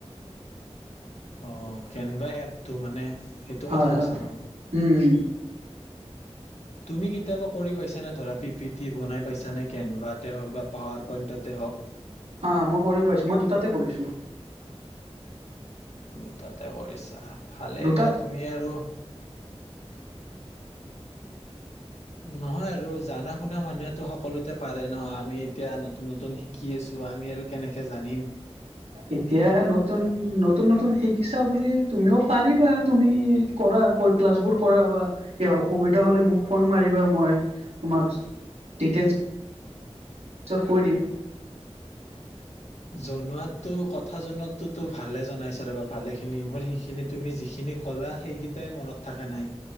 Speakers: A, on the left; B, on the right.
A: অঁ কেনবা এপটো মানে সেইটো
B: হয়
A: কথা
B: হয়
A: কৈছা ন
B: উও
A: তুমি কেতিয়াবা কৰি পাইছানেি পিট বনাই পাইছে কেনভাতে হক বা পাৱাৰ পইণ্টতে হওকঁ
B: আহ মই কৰিব পাইিছো মই দুটাতে কৰিছো
A: দুটা তাতে কৰিছা আচ্ছা ভালেই
B: দুটাত
A: দিয়া তুমি আৰু নহয় আৰু জানা শুনা মানুহেতো সকলোতে পাৰে ন আমি এতিয়া নতুন নতুন শিকি আছোঁ আমি আৰু কেনেকে জানিম
B: এতিয়া নতুন নতুন নতুন শিকিছা বুলি তুমিও পাৰিবা তুমি কৰা ক্লাছবোৰ কৰা বা কিবা অসুবিধা হ'লে মোক ফোন মাৰিবা মই তোমাক ডিটেইলছ পিছত কৈ দিম
A: জনোৱাত তেওঁ কথা জনাতোতো ভালে জনাইছা ৰবা ভালে খিনি মোৰ সেইখিনি তুমি যিখিনি কলা সেইকেইটাই মনত থকা নাই